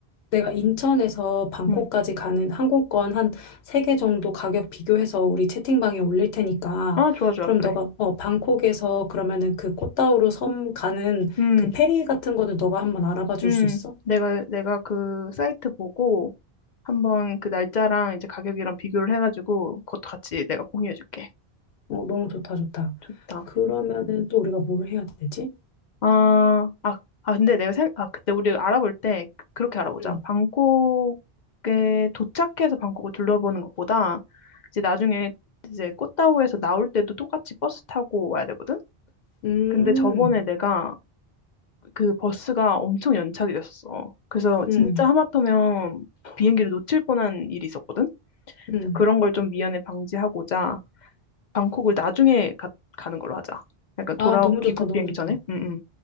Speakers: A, on the left (about 80°); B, on the left (about 55°).
A: 내가 인천에서 방콕까지
B: 응.
A: 가는 항공권 한 세 개 정도 가격 비교해서 우리 채팅방에 올릴 테니까,
B: 아, 좋아, 좋아,
A: 그럼
B: 그래.
A: 너가, 어, 방콕에서 그러면은 그 꽃다우로 섬 가는
B: 응,
A: 그 페리 같은 거는 너가 한번 알아봐 줄
B: 응.
A: 수 있어?
B: 내가, 내가 그 사이트 보고, 한번 그 날짜랑 이제 가격이랑 비교를 해가지고 그것도 같이 내가 공유해줄게.
A: 어, 너무 좋다, 좋다.
B: 좋다.
A: 그러면은 또 우리가 뭘 해야 되지?
B: 아, 아, 아 근데 내가 생, 아 그때 우리 알아볼 때 그- 그렇게 알아보자.
A: 응.
B: 방콕에 도착해서 방콕을 둘러보는 것보다 이제 나중에 이제 꽃다오에서 나올 때도 똑같이 버스 타고 와야 되거든.
A: 음,
B: 근데 저번에 내가 그 버스가 엄청 연착이 됐었어. 그래서
A: 음,
B: 진짜 하마터면 비행기를 놓칠 뻔한 일이 있었거든.
A: 음.
B: 그래서 그런 걸 좀 미연에 방지하고자 방콕을 나중에 가, 가는 걸로 하자. 약간
A: 아,
B: 돌아
A: 너무 좋다,
B: 귀국
A: 너무
B: 비행기
A: 좋다.
B: 전에. 응, 응.